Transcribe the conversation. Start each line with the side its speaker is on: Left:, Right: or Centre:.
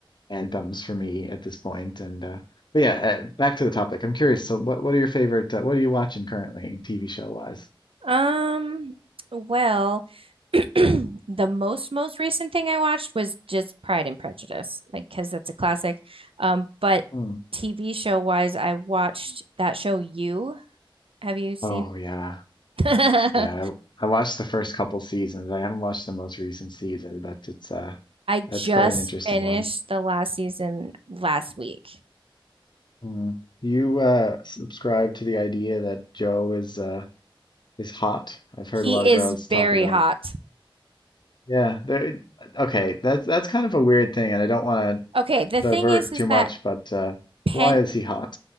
Left: anthems for me at this point. And, uh, but yeah, uh, back to the topic. I'm curious. So, what, what are your favorite, uh, what are you watching currently, TV show wise?
Right: Um, well, <clears throat> the most most recent thing I watched was just Pride and Prejudice, like because that's a classic. Um, but
Left: Hmm.
Right: TV show wise, I watched that show You. Have you seen?
Left: Oh, yeah.
Right: <laughs> I
Left: Yeah, I, I watched the first couple seasons. I haven't watched the most recent season, but it's uh that's
Right: just
Left: quite an interesting
Right: finished
Left: one.
Right: the last season last week.
Left: Mm. You uh subscribe to the idea that Joe is uh is hot. I've heard
Right: He
Left: a lot of
Right: is
Left: girls talk
Right: very
Left: about
Right: hot.
Left: it. Yeah, there okay, that's that's kind of a weird thing and I don't want to
Right: Okay, the
Left: divert
Right: thing is, is
Left: too much,
Right: that
Left: but uh
Right: pen.
Left: why is he hot?